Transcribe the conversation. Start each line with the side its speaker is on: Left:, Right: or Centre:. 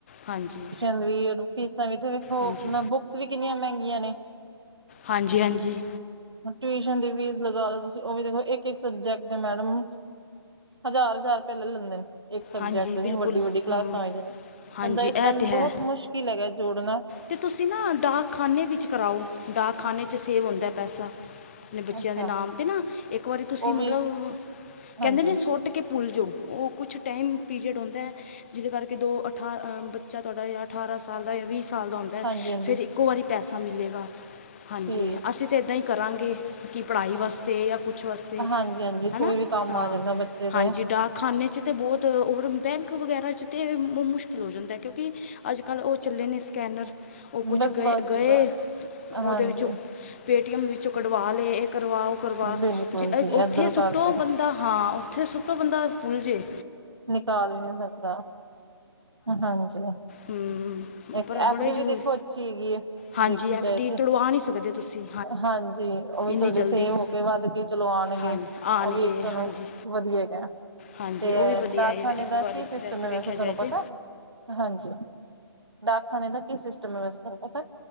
Left: ਹਾਂਜੀ।
Right: ਹੁਣ ਵੀ ਇਹਨੂੰ ਫ਼ੀਸਾਂ ਵੀ ਤੇ ਵੇਖੋ,
Left: ਹਾਂਜੀ
Right: ਬੁੱਕਸ ਵੀ ਕਿੰਨੀਆਂ ਮਹਿੰਗੀਆਂ ਨੇ।
Left: ਹਾਂਜੀ-ਹਾਂਜੀ।
Right: ਹੁਣ ਟਵੀਸ਼ਨ ਦੀ ਫ਼ੀਸ ਲਗਾਲੋ ਤੁਸੀਂ। ਉਹ ਵੀ ਦੇਖੋ ਇੱਕ-ਇੱਕ ਸਬਜੈਕਟ ਦੇ ਮੈਡਮ ਹਜ਼ਾਰ-ਹਜ਼ਾਰ ਰੁਪਏ ਲੈ ਲੈਂਦੇ ਨੇ। ਇੱਕ ਸਬਜੈਕਟ,
Left: ਹਾਂਜੀ
Right: ਜਿਵੇ
Left: ਬਿਲਕੁਲ
Right: ਵੱਡੀ-ਵੱਡੀ
Left: ਹਮ,
Right: ਕਲਾਸਾਂ ਆ ਜਾਂਦੀਆਂ ਨੇ।
Left: ਹਾਂਜੀ
Right: ਬੰਦਾ ਇਸ
Left: ਇਹ
Right: ਟਾਈਮ
Left: ਤੇ ਹੈ
Right: ਬਹੁਤ ਮੁਸ਼ਕਿਲ ਹੈਗਾ ਜੋੜਨਾ।
Left: ਤੇ ਤੁਸੀਂ ਨਾ, ਡਾਕਖਾਨੇ ਵਿੱਚ ਕਰਾਓ, ਡਾਕਖਾਨੇ 'ਚ ਸੇਵ ਹੁੰਦਾ ਪੈਸਾ। ਆਪਣੇ ਬੱਚਿਆਂ
Right: ਅੱਛਾ
Left: ਦੇ ਨਾਮ ਤੇ ਨਾ। ਇੱਕ ਵਾਰੀ ਤੁਸੀਂ
Right: ਉਹ
Left: ਮਤਲਬ,
Right: ਵੀ ਹਾਂਜੀ,
Left: ਕਹਿੰਦੇ ਨੇ ਸੁੱਟ ਕੇ ਭੁੱਲਜੋ। ਉਹ ਕੁਛ ਟਾਈਮ ਪੀਰੀਅਡ ਹੁੰਦਾ ਐ। ਜਿਹਦੇ ਕਰਕੇ ਦੋ ਅਠਾ, ਬੱਚਾ ਤੁਹਾਡਾ ਜਾਂ ਅਠਾਰਾਂ ਸਾਲ ਦਾ ਜਾਂ ਵੀਹ ਸਾਲ ਦਾ ਹੁੰਦਾ।
Right: ਹਾਂਜੀ, ਹਾਂਜੀ
Left: ਫਿਰ ਇੱਕੋ ਵਾਰੀ ਪੈਸਾ ਮਿਲੇਗਾ, ਹਾਂਜੀ।
Right: ਠੀਕ
Left: ਅਸੀਂ ਤੇ ਇੱਦਾਂ ਈ ਕਰਾਂਗੇ, ਕਿ ਪੜ੍ਹਾਈ ਵਾਸਤੇ ਜਾਂ ਕੁਛ ਵਾਸ ਤੇ
Right: ਹਾਂਜੀ, ਹਾਂਜੀ
Left: ਹਨਾ,
Right: ਕੋਈ ਵੀ ਕੰਮ
Left: ਹਾਂ।
Right: ਆ ਜਾਂਦਾ ਬੱਚੇ ਦੇ
Left: ਹਾਂਜੀ, ਡਾਕਖ਼ਾਨੇ 'ਚ ਤੇ ਬਹੁਤ ਔਰ, ਬੈਂਕ ਵਗੈਰਾ 'ਚ ਤੇ ਮੁ-ਮੁਸ਼ਕਿਲ ਹੋ ਜਾਂਦਾ। ਕਿਉਂਕਿ ਅੱਜ-ਕੱਲ੍ਹ ਉਹ ਚੱਲੇ ਨੇ ਸਕੈਨਰ। ਉਹ ਕੁਛ
Right: ਬਸ,
Left: ਗਏ-ਗਏ
Right: ਬਸ ਜੀ ਬਸ
Left: ਉਹਦੇ
Right: ਹਾਂਜੀ
Left: ਵਿੱਚੋਂ ਪੇਟੀਐੱਮ ਵਿੱਚੋਂ ਕਢਵਾ ਲੇ। ਇਹ ਕਰਵਾ, ਉਹ ਕਰਵਾ,
Right: ਬਿਲਕੁਲ
Left: ਜੇ
Right: ਜੀ
Left: ਉੱਥੇ
Right: ਇਧਰ
Left: ਸੁੱਟੋ
Right: ਕਰਦੇ
Left: ਬੰਦਾ, ਹਾਂ। ਉਹ ਉੱਥੇ ਸੁੱਟੋ ਬੰਦਾ ਭੁੱਲਜੇ।
Right: ਨਿਕਾਲ ਨੀ ਸਕਦਾ, ਹਾਂਜੀ।
Left: ਹਮ,
Right: ਇੱਕ
Left: ਪਰ ਬੜਾ
Right: ਐਫ-ਡੀ
Left: ਹੀ ਜ਼ਰੂਰੀ
Right: ਵੀ ਦੇਖੋ ਅੱਛੀ ਹੈਗੀ ਏ,
Left: ਹਾਂਜੀ
Right: ਦੇਖੀ
Left: ਐਫਡੀ
Right: ਜਾਏ 'ਤੇ।
Left: ਤੁੜਵਾ ਨਹੀਂ ਸਕਦੇ ਤੁਸੀਂ
Right: ਹਾਂਜੀ। ਉਹ ਵੀ
Left: ਇੰਨੀ
Right: ਤੁਹਾਡੀੇ
Left: ਜਲਦੀ
Right: ਸੇਵ ਹੋ ਕੇ ਵੱਧ ਕੇ ਚਲੋ ਆਂਣਗੇ।
Left: ਹਾਂਜੀ ਆਣਗੇ
Right: ਉਹ ਵੀ ਇੱਕ ਤੁਹਾਨੂੰ
Left: ਹਾਂਜੀ
Right: ਵਧੀਆ ਹੈਗਾ।
Left: ਹਾਂਜੀ।
Right: ਤੇ
Left: ਉਹ ਵੀ ਵਧੀਆ
Right: ਡਾਕਖਾਨੇ
Left: ਹੈ ਇੱਕ
Right: ਦਾ
Left: ਵਾਰੀ
Right: ਕੀ ਸਿਸਟਮ ਐ,
Left: ਵੇਖਿਆ
Right: ਵੈਸੇ ਤੁਹਾਨੂੰ
Left: ਜਾਏ
Right: ਪਤਾ।
Left: ਤੇ
Right: ਹਾਂਜੀ। ਡਾਕਖ਼ਾਨੇ ਦਾ ਕੀ ਸਿਸਟਮ ਐ, ਵੈਸੇ ਤਵਾਨੂੰ ਪਤਾ।